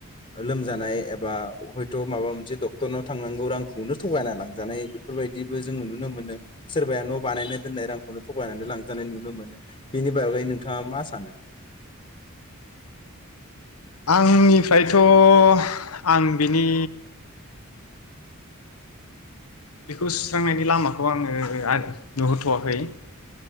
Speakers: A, on the left; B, on the left.
A: लोमजानाय एबा हयथ' माबा मोनसे डक्टरनाव थांनांगौ रांखौनो थगायना लांजानाय बेफोरबायदिबो जोङो नुनो मोनो सोरबाया न' बानायनो दोननाय रांखौनो थगायनानै लांजानाय नुनो मोनो बेनि बागै नोंथाङा मा सानो?
B: आंनिफ्रायथ' आं बिनि बेखौ सुस्रांनायनि लामाखौ आङो <unintelligible> नुहरथ'वाखै